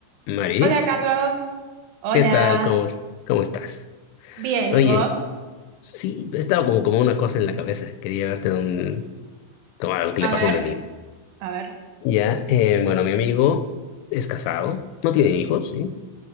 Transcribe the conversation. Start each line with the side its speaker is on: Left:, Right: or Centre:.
Left: Mari,
Right: Hola Carlos. Hola.
Left: ¿qué tal? ¿Cómo, es- cómo estás?
Right: Bien,
Left: Oye,
Right: ¿y vos?
Left: sí, estaba como, como una cosa en la cabeza. Quería verte de un, como algo que
Right: A
Left: le pasó
Right: ver,
Left: a un amigo.
Right: a ver.
Left: Ya, eh, bueno, mi amigo es casado, no tiene hijos, ¿sí?